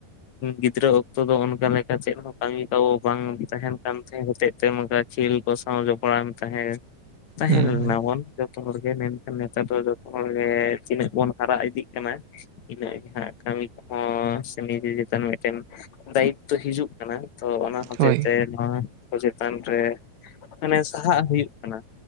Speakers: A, on the left (about 60°); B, on the right (about 75°).
A: ᱜᱤᱫᱽᱨᱟᱹ ᱚᱠᱛᱚ ᱫᱚ ᱚᱱᱠᱟ ᱞᱮᱠᱟ ᱪᱮᱫ ᱦᱚᱸ ᱠᱟᱹᱢᱤ ᱠᱚ ᱵᱟᱝ ᱛᱟᱦᱮᱱ ᱠᱟᱱ ᱛᱮᱸ ᱦᱚᱛᱮᱡ ᱛᱮ ᱱᱚᱝᱠᱟ ᱠᱷᱮᱞ ᱠᱚ ᱥᱟᱶ ᱡᱚᱯᱲᱟᱣᱮᱢ ᱛᱟᱦᱮᱸ ᱛᱟᱦᱮᱸ
B: ᱦᱩᱸ ᱦᱩᱸ
A: ᱞᱮ <unintelligible> ᱡᱚᱛᱚ ᱦᱚᱲ ᱜᱮ ᱢᱮᱱᱠᱷᱟᱱ ᱱᱮᱛᱟᱨ ᱫᱚ ᱡᱚᱛᱚ ᱦᱚᱲ ᱜᱮ ᱛᱤᱱᱟᱹᱜ ᱵᱚᱱ ᱦᱟᱨᱟ ᱤᱫᱤᱜ ᱠᱟᱱᱟ ᱤᱱᱟᱹᱜ ᱜᱮ ᱦᱟᱸᱜ ᱠᱟᱹᱢᱤ ᱠᱚᱦᱚᱸ ᱥᱮ ᱱᱤᱡᱮ ᱪᱮᱛᱟᱱ ᱢᱮᱫᱴᱮᱱ ᱫᱟᱭᱤᱛᱛᱚ ᱦᱤᱡᱩᱜ ᱠᱟᱱᱟ᱾ ᱛᱚ ᱚᱱᱟ ᱦᱚᱛᱮᱜ
B: ᱦᱳᱭ
A: ᱛᱮ ᱱᱚᱣᱟ ᱠᱚ ᱪᱮᱛᱟᱱ ᱨᱮ ᱢᱟᱱᱮ ᱥᱟᱦᱟᱜ ᱦᱩᱭᱩᱜ ᱠᱟᱱᱟ᱾